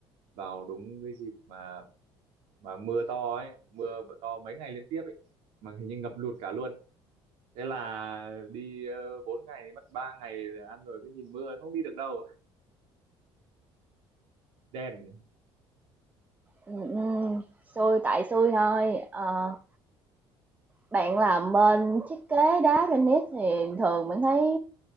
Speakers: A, on the right; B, on the right.
A: vào đúng cái dịp mà mà mưa to ấy mưa to mấy ngày liên tiếp ấy mà hình như ngập lụt cả luôn thế là đi ờ, bốn ngày thì mất ba ngày là ăn rồi cứ nhìn mưa không đi được đâu đèn
B: Ừm, ừm, xui tại xui thôi. Ờ, bạn làm bên thiết kế đá granite thì thường mình thấy